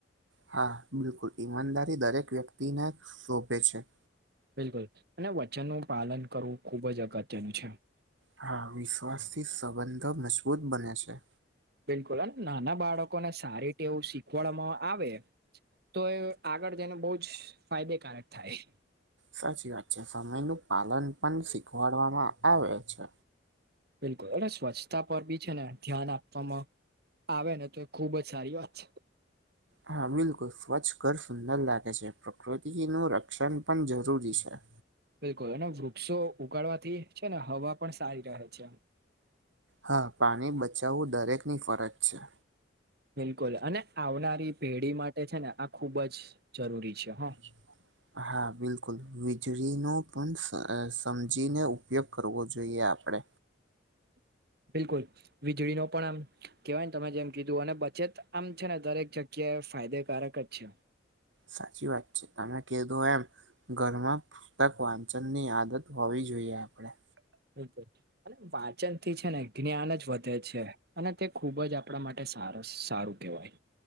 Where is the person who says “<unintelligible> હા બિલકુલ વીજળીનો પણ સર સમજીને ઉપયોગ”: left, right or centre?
Right